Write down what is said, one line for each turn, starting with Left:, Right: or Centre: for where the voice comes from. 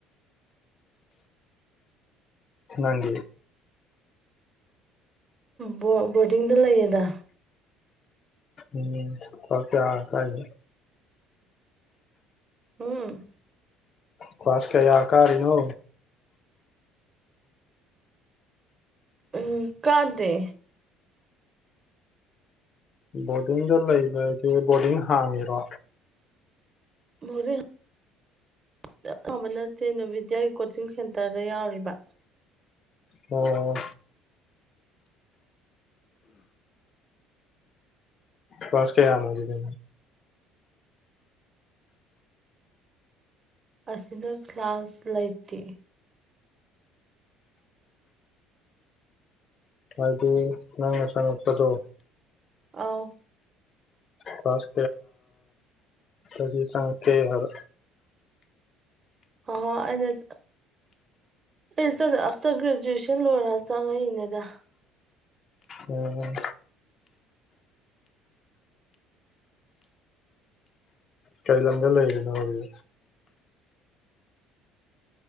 Left: ꯅꯪꯗꯤ
Right: ꯕꯣ ꯕꯣꯔꯗꯤꯡꯗ ꯂꯩꯌꯦꯗ
Left: ꯎꯝ ꯀ꯭ꯂꯥꯁ ꯀꯌꯥ ꯀꯥꯏꯅꯣ
Right: ꯍꯨꯝ
Left: ꯈ꯭ꯋꯥꯁ ꯀꯌꯥ ꯀꯥꯔꯤꯅꯣ
Right: ꯎꯝ ꯀꯥꯗꯦ
Left: ꯕꯣꯔꯗꯤꯡꯗ ꯂꯩꯕꯗꯤ ꯕꯣꯔꯗꯤꯡ ꯍꯥꯡꯉꯤꯔꯣ
Right: ꯕꯣꯔꯤꯡ ꯇꯠ ꯂꯥꯎꯕ ꯅꯠꯇꯦ ꯅꯥꯚꯣꯗ꯭ꯌꯥꯒꯤ ꯀꯣꯆꯤꯡ ꯁꯦꯟꯇꯔꯗ ꯌꯥꯎꯔꯤꯕ
Left: ꯑꯣ ꯄꯥꯁ ꯀꯌꯥꯅꯣ ꯑꯗꯨꯗꯤ
Right: ꯑꯁꯤꯗ ꯀ꯭ꯂꯥꯁ ꯂꯩꯇꯦ
Left: ꯍꯥꯏꯗꯤ ꯅꯪꯅ ꯆꯉꯛꯄꯗꯣ
Right: ꯑꯥꯎ
Left: ꯀ꯭ꯂꯥꯁ ꯀꯌꯥꯗꯒꯤ ꯆꯪꯉꯛꯀꯦ ꯍꯥꯏꯕ
Right: ꯑꯣꯍꯣ ꯑꯩꯅ ꯆ ꯑꯩꯅ ꯆꯪꯉ ꯑꯞꯇꯔ ꯒ꯭ꯔꯦꯖꯨꯑꯦꯁꯟ ꯂꯣꯏꯔ ꯆꯪꯉꯛꯏꯅꯦꯗ
Left: ꯎꯝ ꯀꯩ ꯂꯝꯗ ꯂꯩꯔꯤꯅꯣ ꯑꯗꯨꯗꯤ